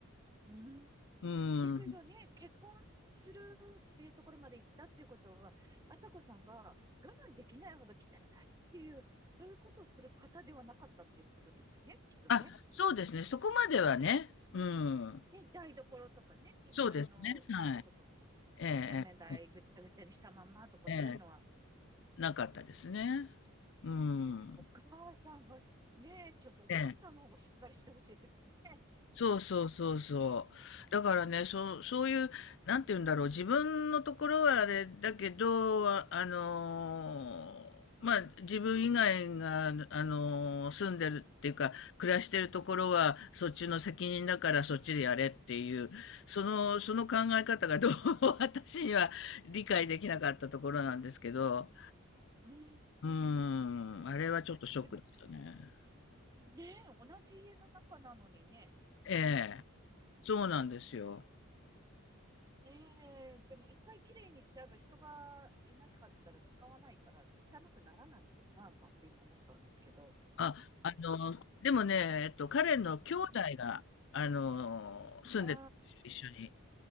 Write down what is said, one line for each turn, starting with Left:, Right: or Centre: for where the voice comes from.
Right: うん。
Left: うん。
Right: で、クイズはね、結婚するっていうところまで行ったっていうことは、朝子さんが我慢できないほど汚いっていう、そういうことをする方ではなかったっていうことですよね、きっとね。
Left: あ、そうですね、そこまではね、うん。
Right: ね、台所とかね、水のあれとかも、
Left: そうですね、はい。え
Right: 洗面台ぐちゃぐちゃにしたまんまとかそういうのは
Left: えええええなかったですね。うん。
Right: お母さんがし、ねえ、ちょっとお母さんの方がしっかりしてほしいですね。
Left: ええそうそうそうそう。だからね、そう、そういう、なんて言うんだろう、自分のところはあれだけど、あ、あのーまあ、自分以外が、あのー住んでるっていうか、暮らしてるところは、そっちの責任だからそっちでやれっていう、その、その考え方がどうも <laughs> 私には理解できなかったところなんですけど、
Right: うん。
Left: うーん、あれはちょっとショックでしたね。
Right: でも、ねえ、同じ家の中なのにね。
Left: ええ、そうなんですよ。
Right: ねえ、でも一回きれいにしちゃえば人がいなかったら使わないから汚くならないのにな、なんて今思ったんですけど。
Left: あ、あの、でもね、えっと、彼の兄弟が、
Right: うんうん。
Left: あの、住んでたんですよ一緒に。
Right: あ